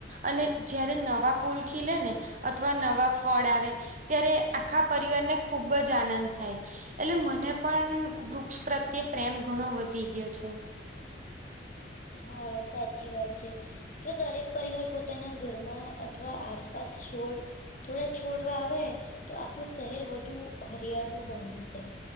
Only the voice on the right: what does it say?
અને જયારે નવા ફૂલ ખીલેને અથવા નવા ફળ આવે ત્યારે આખા પરિવારને ખુબ જ આનંદ થાય એટલે મને પણ વૃક્ષ પ્રત્યે પ્રેમ ઘણો વધી ગયો છે.